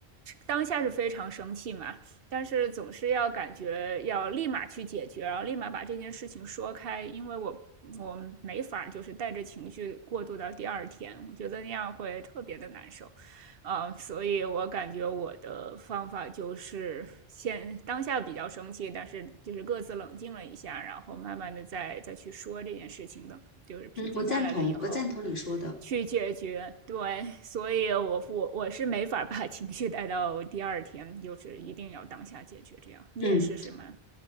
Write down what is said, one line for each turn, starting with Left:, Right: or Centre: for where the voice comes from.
Right: 当下是非常生气嘛，但是总是要感觉要立马去解决，然后立马把这件事情说开，因为我我没法就是带着情绪过渡到第二天，我觉得那样会特别的难受，嗯，所以我感觉我的方法就是先当下比较生气，但是就是各自冷静了一下，然后慢慢的再再去说这件事情，的，就是平静下来了以后，
Left: 嗯，我赞同，我赞同你说的。
Right: 去解决，对，所以我我我是没法把情绪带到第二天，就是一定要当下解决。这样你也是是吗？
Left: 嗯。